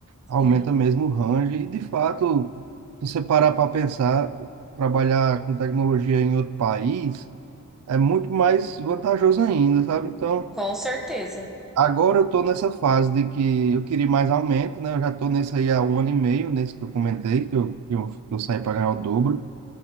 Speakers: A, on the right (about 75°); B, in the centre.
A: aumenta
B: Sim,
A: mesmo o range, e de fato, se você parar para pensar, trabalhar com tecnologia em outro país é muito mais vantajoso ainda, sabe? Então,
B: com certeza.
A: agora eu estou nessa fase de que eu queria mais aumento, né? Eu já estou nesse aí há um ano e meio, nesse que eu comentei, que eu, que eu, que eu saí para ganhar o dobro.